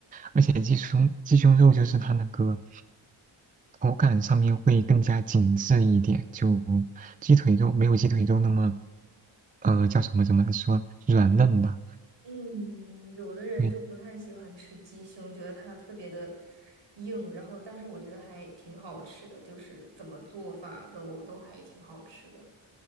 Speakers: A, on the right; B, on the right.
A: 而且鸡胸鸡胸肉就是它那个口感上面会更加紧致一点，就鸡腿肉没有鸡腿肉那么呃叫什么怎么说软嫩吧？
B: 嗯，有的人就不太喜欢吃鸡胸，
A: 对，
B: 觉得它特别的硬，然后但是我觉得还挺好吃的，就是怎么做法都都还挺好吃的。